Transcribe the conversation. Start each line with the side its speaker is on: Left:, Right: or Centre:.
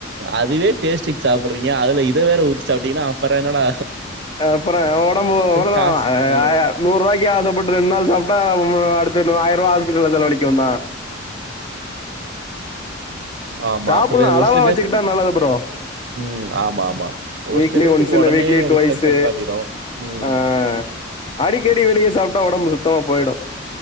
Right: அதுவே டேஸ்ட் சாப்பிட்றங்க அதில் இதை வேறஊற்ற சாப்பீங்கன்னா அப்புற என்னா
Left: அப்புறம் உடம்பு அதான்
Right: சாஸ் ம்
Left: நூறு ரூபாய்க்கு ஆசைப்பட்டு ரெண்டு நாள் சாப்பிட்டா அடுடுத்த ஆயிரம் ரூபா ஆதுத்துக்குள்ள நிலவலக்கும் தான்
Right: ஆமா
Left: சாப்பிடலாம்
Right: அப்டிதா
Left: அளவா
Right: ஒரு சில
Left: வச்சுக்கிட்டா
Right: பேத்துக்கு
Left: நல்லது ப்ரோ
Right: ம் ஆமா ஆமா ஒரு
Left: வீக்ல
Right: சில பேத்துக்கு
Left: ஒன் இல்ல
Right: ஒடனே
Left: வீக்ல டு
Right: ரிஃப்ளெக்ஷன்
Left: வஸ்ு
Right: காட்டிடு ம்
Left: ஆஹ் அடிக்கடி வெளியே சாப்பிட்டா உடம்பு சுத்தமா போயிடும்